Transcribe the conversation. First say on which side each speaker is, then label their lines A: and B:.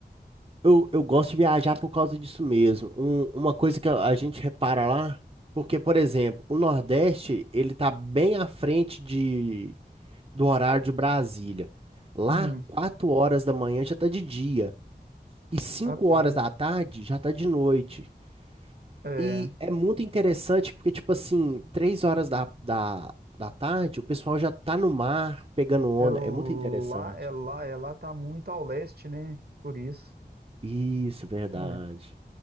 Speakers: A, on the right; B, on the right.
A: Eu, eu gosto de viajar por causa disso mesmo. Um- uma coisa que a a gente repara lá, porque, por exemplo, o Nordeste, ele tá bem à frente do horário de Brasília. Lá,
B: Hum,
A: 4 horas da manhã já tá de dia. E cinco
B: rapaz,
A: horas da tarde já tá de noite.
B: é,
A: E é muito interessante porque, tipo assim, 3 horas da, da, da tarde o pessoal já tá no mar pegando onda.
B: é lá,
A: É muito interessante.
B: é lá, é lá, tá muito ao leste, né? Por isso.
A: Isso, verdade.
B: É.